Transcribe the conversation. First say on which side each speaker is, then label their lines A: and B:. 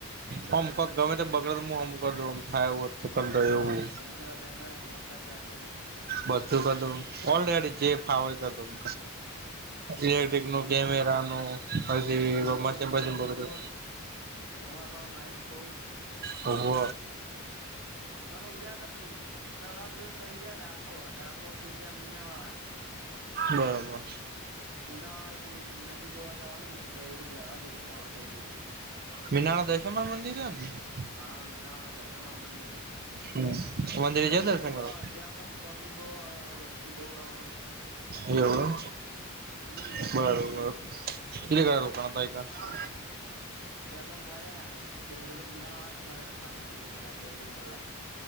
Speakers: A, on the right (about 70°); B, on the right (about 45°).
A: હમ
B: કોમ કમ ગમે તે બગડે તો મુ હામું કર દઉ થાય એવું કરલવ એવું.
A: કેમેરા બેમેરા હામાં કરતા હશે તમને.
B: બધું કરદવ ઓલરેડી જે ફાવે એ કરદવ. ઇલેક્ટ્રિક નું
A: હમા
B: કેમેરા નું પછી
A: તમાર પાહુ
B: મશીન
A: માઇન્ડ
B: બશીન <unintelligible>
A: બહુ હન તમાર પા હું માઇન્ડ બઉ.
B: હો વ.
A: અમે જયા તા પેલું તળાવ જોઈને પહિ જયા ડાકોર ડાકોર થી ગયા મીનાવાળા.
B: બરોબર.
A: મીનાવાળા એ પેલે નદી જોવા જવાનું હતું પહિ રવા દીધું પછી મોડું થઈ ગયું છે.
B: મીનાણા દશામાં ન મંદિર? <inaudible>
A: હા મીનાવાળા દશામા ન મંદિર હ.
B: હમ, મંદિરે
A: પબ્લિક
B: જયા દર્શન
A: બહ
B: કરવા
A: આવે ત્યાં પણ પબ્લિક બહુ આવે વસ્તી બહુ આવ.
B: એવું.
A: હમ.
B: એમ બરોબર કને કયા રોકાણ થાય તા.
A: એ કેમ ફર્યા છેલ્લે તો મીનાવાળા જ ફર્યા ખાાસું બધું ફર્યા બે ત્રણ કલાક.